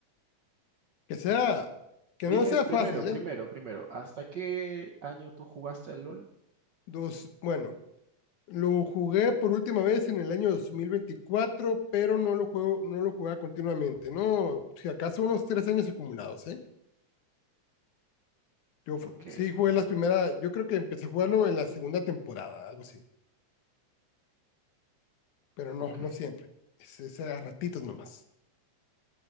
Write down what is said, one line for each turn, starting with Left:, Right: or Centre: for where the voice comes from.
Left: Que sea, que
Right: Dime
Left: no sea
Right: primero,
Left: fácil,
Right: primero,
Left: ¿eh?
Right: primero, ¿hasta qué año tú jugaste al LOL?
Left: Dos, bueno, Lo jugué por última vez en el año dos mil veinticuatro pero no lo juego, no lo jugaba continuamente, ¿no? Si acaso unos tres años acumulados, ¿eh? Yo fu-
Right: Ok,
Left: sí jugué las primeras, yo creo que empecé a jugarlo en la segunda temporada, algo así, pero no,
Right: ok.
Left: no siempre. Es, es a ratitos nomás.